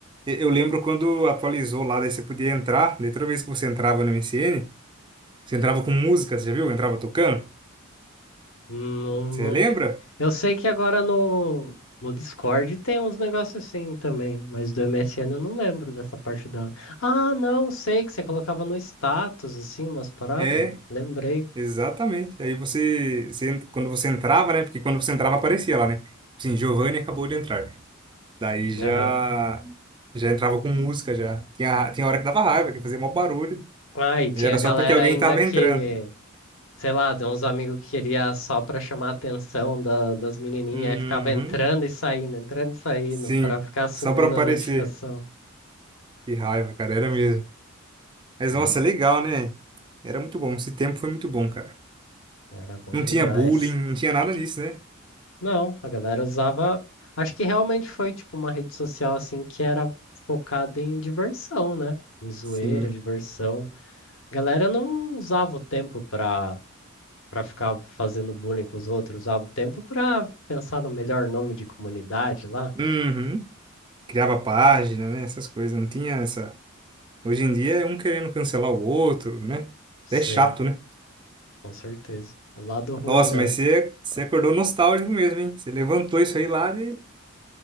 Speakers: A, on the right; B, on the left.
A: E- Eu lembro quando atualizou lá, daí você podia entrar, daí toda vez que você entrava no MSN, você entrava com música, você já viu? Entrava tocando.
B: Não, não
A: Você lembra?
B: Eu sei que agora no, no Discord tem uns negócios assim também, mas do MSN eu não lembro dessa parte da. Ah, não, sei que você colocava no status, assim, umas paradas.
A: É,
B: Lembrei.
A: exatamente. Aí você, você, quando você entrava, né? Porque quando você entrava aparecia lá, né? Sim, Giovanni acabou de entrar. Daí já
B: Aham.
A: já entrava com música já. Tinha, ra- tinha hora que dava raiva, que fazia mó barulho.
B: Ah, e tinha
A: E era
B: galera
A: só porque alguém
B: ainda
A: tava
B: que,
A: entrando.
B: sei lá, tem uns amigos que queria só pra chamar a atenção da- das menininhas,
A: Uhum.
B: aí ficava entrando e saindo, entrando e saindo,
A: Sim,
B: pra ficar subindo
A: só pra aparecer.
B: a notificação.
A: Que raiva, cara, era mesmo. Mas
B: Mas
A: nossa, legal, né? Era muito bom. Esse tempo foi muito bom, cara.
B: era bom
A: Não
B: demais.
A: tinha bullying, não tinha nada disso, né?
B: Não, a galera usava. Acho que realmente foi tipo uma rede social assim que era focada em diversão, né? Em zoeira,
A: Sim.
B: diversão. A galera não usava o tempo pra, pra ficar fazendo bullying com os outros, usava o tempo pra pensar no melhor nome de comunidade lá.
A: Uhum. Criava página, né? Essas coisas. Não tinha essa. Hoje em dia é um querendo cancelar o outro, né?
B: Sim,
A: É chato, né?
B: com certeza. O lado ruim
A: Nossa,
B: da.
A: mas você, você acordou nostálgico mesmo, hein? Você levantou isso aí lá de.